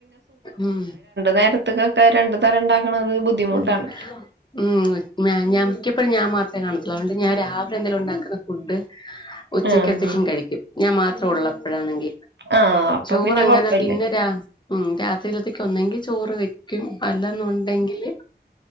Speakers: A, on the left; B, on the right.
A: ഉം
B: നേരത്ത്ക്കൊക്കെ രണ്ടു തരം ഉണ്ടാക്കണത് ബുദ്ധിമുട്ടാണല്ലോ
A: അതെ ഉം ഞാൻ മിക്കപ്പോഴും ഞാൻ മാത്രമേ കാണത്തുള്ളൂ അത് കൊണ്ട് ഞാൻ രാവിലെ എന്തേലും ഉണ്ടാക്കുന്ന ഫുഡ് ഉച്ചകത്തേക്കും
B: ആഹ്
A: കഴിക്കും ഞാൻ മാത്രം ഉള്ളപ്പോഴാണെങ്കിൽ
B: ആഹ് അപ്പൊ
A: ചോറ്
B: പിന്നെ
A: അങ്ങനെ
B: കൊഴപ്പില്ല
A: പിന്നെ രാ ഉം രാത്രിയിലത്തേക്ക് ഒന്നെങ്കിൽ ചോറ് വെക്കും അല്ലന്നുണ്ടെങ്കില്